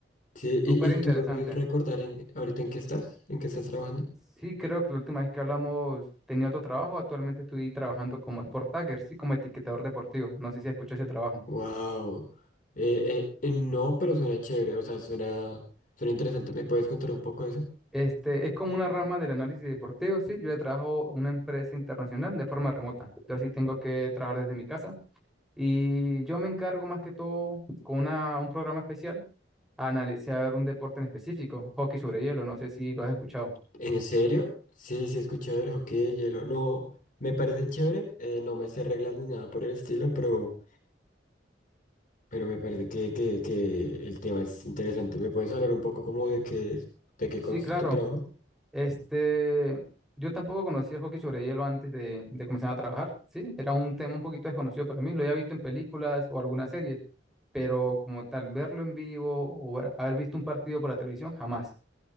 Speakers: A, on the left (about 45°); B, in the centre.
A: Sí,
B: Súper
A: y, y
B: interesante.
A: tú me puedes recordar en, ahorita en qué estás, en qué estás trabajando.
B: Sí, creo que la última vez que hablamos tenía otro trabajo. Actualmente estoy trabajando como Sport Tagger, sí, como etiquetador deportivo. No sé si escuchó ese trabajo.
A: Wow. eh eh eh, no, pero suena chévere, o sea, suena, suena interesante. ¿Me puedes contar un poco de eso?
B: Este, es como una rama del análisis deportivo, sí. Yo ya trabajo en una empresa internacional de forma remota. Yo sí tengo que trabajar desde mi casa. Y yo me encargo más que todo con una- un programa especial a analizar un deporte en específico, hockey sobre hielo, no sé si lo has escuchado.
A: ¿En serio? Sí, sí, he escuchado el hockey de hielo. No, me parece chévere. eh, no me sé reglas ni nada por el estilo, pero, pero me parece que, que, que el tema es interesante. ¿Me puedes hablar un poco como de qué, de qué
B: Sí,
A: consta
B: claro.
A: tu trabajo?
B: Este, yo tampoco conocía el hockey sobre hielo antes de, de comenzar a trabajar, ¿sí? Era un tema un poquito desconocido para mí, lo había visto en películas o algunas series, pero como tal, verlo en vivo o ver- haber visto un partido por la televisión, jamás.